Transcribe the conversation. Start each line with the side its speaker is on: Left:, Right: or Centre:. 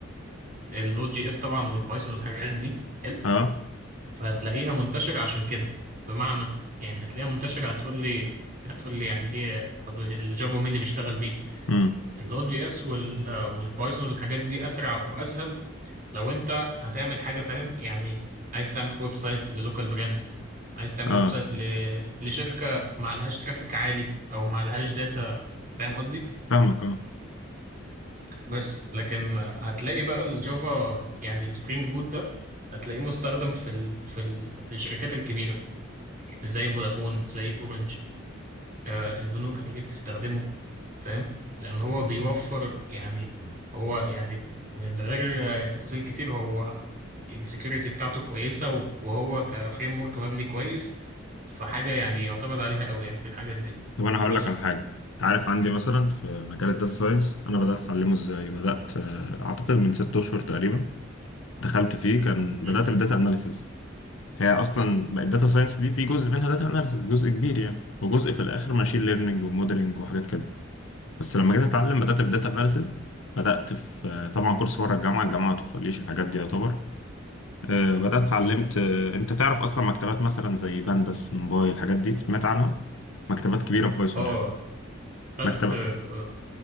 Right: النوت جي اس طبعا والبايثون والحاجات دي حلو
Left: اه
Right: فهتلاقيها منتشرة عشان كده بمعنى يعني هتلاقيها منتشرة هتقول لي هتقول لي يعني ايه طب الجافا مين اللي بيشتغل بيه
Left: امم
Right: اللوت جي اس وال والبايثون والحاجات دي اسرع واسهل لو انت هتعمل حاجة فاهم يعني عايز تعمل ويب سايت للوكال براند عايز تعمل
Left: اه
Right: ويب سايت ل... لشركة ما لهاش ترافيك عالي او ما لهاش داتا فاهم قصدي
Left: فاهمك اه
Right: بس لكن هتلاقي بقى الجافا يعني السبرينج بوت ده هتلاقيه مستخدم في ال... في ال... في الشركات الكبيرة زي فودافون زي اورنج آه، البنوك هتلاقيه بتستخدمه فاهم لان هو بيوفر يعني هو يعني من غير آه، تفاصيل كتير هو السكيورتي بتاعته كويسة و- وهو كفريم ورك مبني كويس فحاجة يعني يعتمد عليها قوي يعني في الحاجات دي
Left: طب انا هقول
Right: بس
Left: لك على حاجه انت عارف عندي مثلا في مجال الداتا ساينس انا بدات اتعلمه ازاي بدات آه، اعتقد من ست اشهر تقريبا دخلت فيه كان
Right: مم.
Left: بدات بالداتا اناليسز هي اصلا بقت داتا ساينس دي في جزء منها داتا اناليسز جزء كبير يعني وجزء في الاخر ماشين ليرنينج وموديلنج وحاجات كده بس لما جيت اتعلم بدات بالداتا اناليسز بدات في آه، طبعا كورس بره الجامعه الجامعه ما توفرليش الحاجات دي يعتبر آه، بدات اتعلمت آه، انت تعرف اصلا مكتبات مثلا زي بندس نمباي الحاجات دي سمعت عنها مكتبات كبيره في بايثون
Right: اه
Left: يعني
Right: خدت
Left: مكتبه
Right: آه،